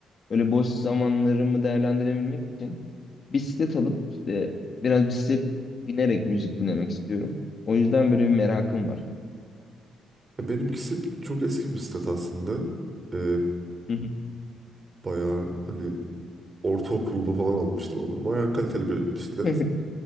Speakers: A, on the left; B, on the right.
A: böyle boş zamanlarımı değerlendirebilmek için bisiklet alıp işte biraz bisiklet binerek müzik dinlemek istiyorum. O yüzden böyle bir merakım var.
B: e, benimkisi çok eski bir bisiklet aslında. E,
A: Hı hı.
B: bayağı hani ortaokulda falan almıştım ama bayağı kaliteli bir bisiklet.
A: <laughs>